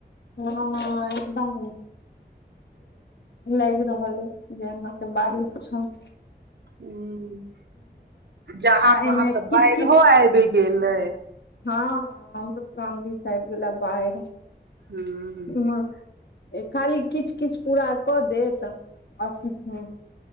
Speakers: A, on the left; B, on the right.
A: ह एकदम लाग रहल ह जे अहाँके बारिश छल।
B: ह जहाँ
A: आ एहिमे
B: तहाँ
A: किच
B: तऽ बाइढ़ो
A: किच
B: आबि गेलै।
A: हँ हमरो गाँधी साहब गेला बाईहर।
B: ह
A: उम्हर खाली किच किच पूरा कऽ देत। आओर किछु नय।